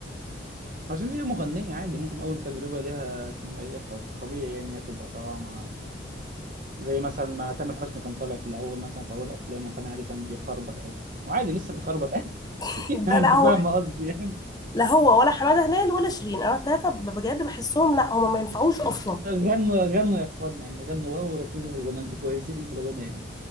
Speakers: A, on the right; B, on the left.
A: عشان هي مغنية عادي ممكن اول تجربة ليها سينمائية فطبيعي يعني ان هي تبقى طالعة مع زي مثلا ما تامر حسني كان طالع في الاول مثلا في اول افلامه كان عادي كان بيخربط عادي وعادي لسه بيخربط <laughs> عادي
B: <laughs>
A: يعني
B: ده لا
A: انت
B: هو
A: فاهم قصدي يعني
B: لا هو ولا حماده هلال ولا شيرين انا التلاته ب- بجد بحسهم لا هما ما ينفعوش اصلا
A: غنوا غنوا يا اخوانا يعني غنوا واو وركزوا في الغنى انتوا كويسين في الغنى يعني